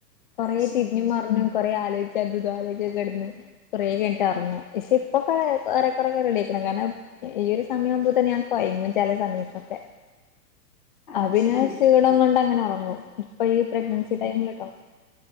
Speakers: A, on the left; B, on the left.
A: കുറേ
B: അത് ശരി,
A: തിരിഞ്ഞും മറിഞ്ഞും കൊറേ ആലോചിച്ചു അതും ഇദും ആലോചിച്ചക്കെ കിടന്ന് കുറേ കഴിഞ്ഞിട്ട് ഉറങ്ങാ പക്ഷെ ഇപ്പൊക്കെ കൊറെ കൊറെേക്കെ റെഡി ആയിക്ക്ണ് കാരണം ഈയൊരു സമയ ആകുമ്പ തന്നെ ഞാൻ കോയങ്ങും ചില സമയത്തൊക്കെ
B: അത്
A: അപ്പൊ പിന്നെ
B: ശരി.
A: ക്ഷീണം കൊണ്ട് അങ്ങനെ ഉറങ്ങും ഇപ്പൊ ഈ പ്രഗ്നൻസി
B: ഉം ഉം.
A: ടൈമിൽ ട്ടോ